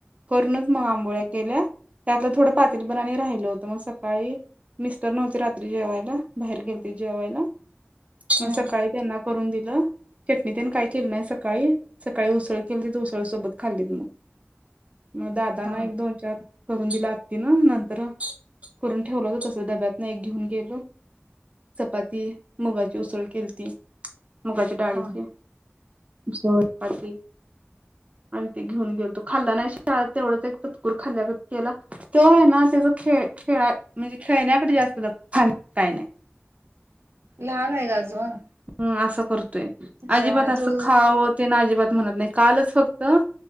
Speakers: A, on the right; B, on the right.
A: करणच मग आंबोळ्या
B: हा
A: केल्या त्यात थोडं पातीलपराने राहिल होतं तर मग सकाळी मिस्तर नव्हती रात्री जेवायला बाहेर गेल ते जेवायला
B: हम्म
A: मग सकाळी त्यांना करून दिलं चटणी त्यांनी काय केलं नाही सकाळी सकाळी उसळ केली त तर उसळ सोबत खाल्लीत मग म दादाना
B: हा
A: एक दोन चार करून दिला आती ना नंतर करून ठेवलं तर तस डब्यातन एक घेऊन गेलो चपाती मुगाची उसळ केली ती मुगाची डाळीची
B: हा
A: जोरपाती आणि ते घेऊन गेल तो खाल्ला नाही शिळा तेवढच एक चतकूर खाल्ल्या केला तो आहे ना खळ खेळा म्हणजे खेळण्याकडे जास्त काही नाही
B: लहान आहे ग अजून
A: तोय
B: त्याच्यामुळे
A: अजिबात अस
B: तू
A: खा अजिबात म्हणत नाही कालच फक्त